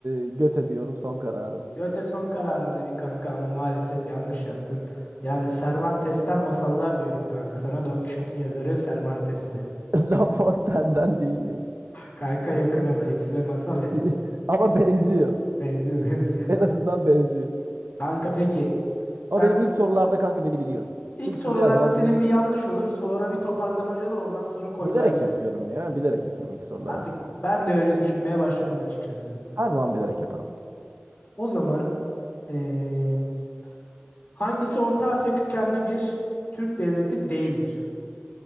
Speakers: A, on the right (about 65°); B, on the left (about 50°).
A: e, göte diyorum son kararım.
B: Göte son kararım dedin kanka ama maalesef yanlış yaptın. Yani Cervantes'ten masallar diyorum kanka sana. Don Quixote'un yazarı Cervantes'ti.
A: <laughs> La Fontaine'den değil miydi?
B: Kanka yakın ama ikisi de masal ya.
A: <laughs> Ama benziyor.
B: Benziyor <laughs> benziyor.
A: En azından benziyor.
B: Kanka peki sen
A: Ama benim ilk sorularda kanka beni biliyorsun.
B: ilk
A: İlk
B: sorularda
A: soruyu her zaman
B: senin
A: bilerek
B: bir yanlış olur sonra bir toparlamacalı oradan sonra koyver
A: bilerek
B: gitsin.
A: yapıyorum ya. Bilerek yapıyorum ilk soruları.
B: Artık ben de öyle düşünmeye başladım açıkçası.
A: Her zaman bilerek yaparım.
B: O zaman eee, hangisi Orta Asya kökenli bir Türk devleti değildir?